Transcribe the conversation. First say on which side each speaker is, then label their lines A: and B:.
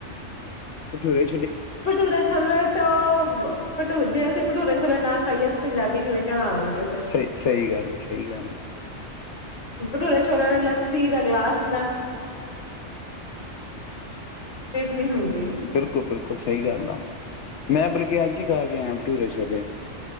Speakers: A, on the left; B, on the left.
A: ਭਟੂਰੇ
B: ਭਟੂਰੇ ਛੋਲੇ ਤਾ ਵਾਹ ਭਟੂਰੇ ਜੇ ਅਸੀਂ ਭਟੂਰੇ ਛੋਲੇ ਨਾ ਖਾਈਏ ਅਸੀਂ ਪੰਜਾਬੀ ਕਿਵੇਂ ਕਹਿਲਾਵਾਂਗੇ ਫੇਰ
A: ਸਹੀ ਸਹੀ ਗੱਲ ਹੈ ਸਹੀ ਗੱਲ ਆ
B: ਭਟੂਰੇ ਛੋਲਿਆਂ ਨਾਲ ਲੱਸੀ ਦਾ ਗਲਾਸ ਨਹੀਂ ਹੁੰਦੀ
A: ਬਿਲਕੁਲ ਬਿਲਕੁਲ ਸਹੀ ਗੱਲ ਆ ਮੈਂ ਬਲ ਕਿ ਅੱਜ ਹੀ ਖਾ ਕੇ ਆਇਆ ਭਟੂਰੇ ਛੋਲੇ